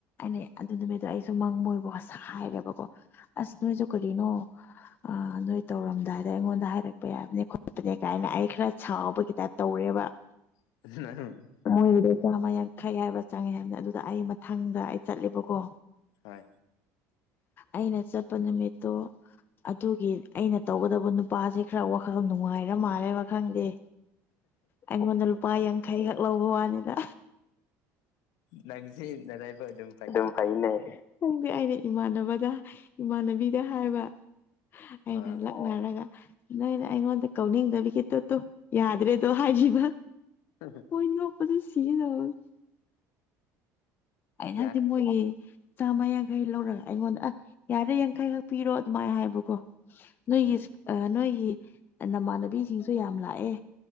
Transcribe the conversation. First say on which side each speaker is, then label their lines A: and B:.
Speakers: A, on the left; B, on the left.
A: ꯑꯅꯦ ꯑꯗꯨ ꯅꯨꯃꯤꯠꯇ ꯑꯩꯁꯨ ꯃꯪ ꯃꯣꯏꯕꯨ <unintelligible> ꯁꯍꯥꯏꯔꯦꯕꯀꯣ ꯑꯁ ꯅꯣꯏꯖꯨ ꯀꯔꯤꯅꯣ ꯑ ꯅꯣꯏ ꯇꯧꯔꯝꯗꯥꯏꯗ ꯑꯩꯉꯣꯟꯗ ꯍꯥꯏꯔꯛꯄ ꯌꯥꯕꯅꯦ ꯈꯣꯠꯄꯅꯦ ꯀꯥꯏꯅ ꯑꯩ ꯈꯔ ꯁꯥꯎꯕꯒꯤ ꯇꯥꯏꯞ ꯇꯧꯔꯦꯕ <inaudible>
B: <unintelligible>
A: ꯃꯣꯏꯒꯤꯗꯣ ꯆꯥꯝꯃ ꯌꯥꯡꯈꯩ ꯍꯥꯏꯕ꯭ꯔꯥ ꯆꯪꯉꯦ ꯍꯥꯏꯕꯅꯤ ꯑꯗꯨꯗ ꯑꯩ ꯃꯊꯪꯗ ꯑꯩ ꯆꯠꯂꯦꯕꯀꯣ
B: ꯍꯣꯏ
A: ꯑꯩꯅ ꯆꯠꯄ ꯅꯨꯃꯤꯠꯇꯣ ꯑꯗꯨꯒꯤ ꯑꯩꯅ ꯇꯧꯒꯗꯕ ꯅꯨꯄꯥꯖꯤ ꯈꯔ ꯋꯥ <unintelligible> ꯅꯨꯡꯉꯥꯏꯔ ꯃꯥꯜꯂꯦꯕ ꯈꯪꯗꯦ ꯑꯩꯉꯣꯟꯗ ꯂꯨꯄꯥ ꯌꯥꯡꯈꯩꯈꯛ ꯂꯧꯕ ꯋꯥꯅꯤꯗ
B: ꯅꯪꯁꯤ ꯅꯔꯥꯏꯕꯛ ꯑꯗꯨꯝ
A: ꯑꯗꯨꯝ ꯐꯩꯅꯦ ꯈꯪꯗꯦ ꯑꯩꯅ ꯏꯃꯥꯟꯅꯕꯗ ꯏꯃꯥꯟꯅꯕꯤꯗ ꯍꯥꯏꯕ ꯑꯩꯅꯂ
B: ꯑꯥ
A: <unintelligible> ꯎꯅꯔꯒ ꯅꯣꯏꯅ ꯑꯩꯉꯣꯟꯗ ꯀꯧꯅꯤꯡꯗꯕꯒꯤ ꯇꯨ ꯇꯨ ꯌꯥꯗ꯭ꯔꯦꯇꯨ ꯍꯥꯏꯈꯤꯕ
B: ꯍꯝ ꯍ <unintelligible>
A: ꯍꯣꯏ ꯅꯣꯛꯄꯥꯗ ꯁꯤꯒꯦ ꯇꯧꯋꯤ <unintelligible> ꯑꯩꯅ ꯍꯥꯏꯕꯗꯤ
B: ꯌꯥꯏ
A: ꯃꯣꯏꯒꯤ ꯆꯥꯝꯃ ꯌꯥꯡꯈꯩ ꯂꯧꯔꯒ ꯑꯩꯉꯣꯟꯗ ꯑꯁ ꯌꯥꯔꯦ ꯌꯥꯡꯈꯩꯈꯛ ꯄꯤꯔꯣ ꯑꯗꯨꯃꯥꯏꯅ ꯍꯥꯏꯕꯀꯣ ꯅꯣꯏꯒꯤ
B: ꯎꯝ
A: ꯅꯣꯏꯒꯤ ꯅꯃꯥꯟꯅꯕꯤꯁꯤꯡꯁꯨ ꯌꯥꯝ ꯂꯥꯛꯑꯦ